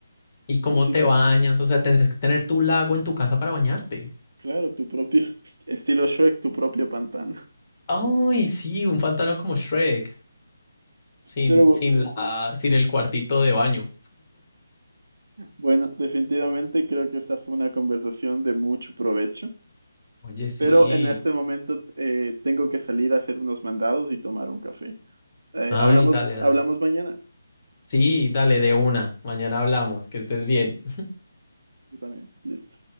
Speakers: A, on the left (about 35°); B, on the right (about 60°).
A: ¿Y cómo
B: Ni siquiera,
A: te bañas? O sea, tendrías que tener tu lago en tu casa para bañarte.
B: claro, tu propio est- estilo Shrek, tu propio pantano.
A: Ay, sí, un pantano como Shrek, sin,
B: Pero
A: sin la, sin el cuartito de baño.
B: bueno, definitivamente creo que esta fue una conversación de mucho provecho.
A: Oye, sí.
B: Pero en este momento eh, tengo que salir a hacer unos mandados y tomar un café. Eh,
A: Ay,
B: hablamos,
A: dale, dale.
B: hablamos mañana.
A: Sí, dale de una. Mañana hablamos. Que estés bien.
B: Tú también. Listo.